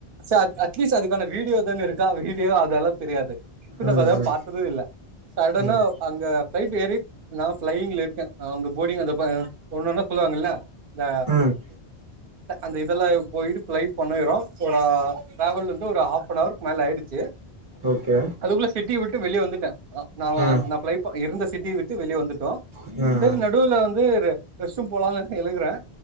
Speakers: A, on the right; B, on the right.
A: சாத் அட்லீஸ்துக்கான வீடியோ தான இருக்கா வீ ன் தெரியாது இப்ப ந
B: ம்
A: அதல்லாம்
B: ம்
A: பார்த்ததும் இல்ல சடனா
B: ம் ம்
A: அங்க பிளைட் வேறி நான் பிளைிங்ல இருக்கே அவங்க போர்டங் அந்த ஒண்ணுன்னா சொல்லுவாங்கல்ல அது
B: ம்
A: அந்த இதுல போயிட்டு பிளைட் பண்ணிரோம் ஒரு டிராவல் வந்து ஒரு ஹாப் ஆ அவவர் மேல ஆயிடுச்சு
B: ஓகே
A: அதுக்குள்ள சிட்டி விட்டு வெளியே வந்துட்டே ஆ ந
B: ம்
A: நான் பைய் இருந்த சிட்டியை விட்டு வெளிய வந்துட்டு
B: ம் ம்
A: சரி நடுல வந்து ரெஸ்ட்ரூம் லாம்னு எழுகுறே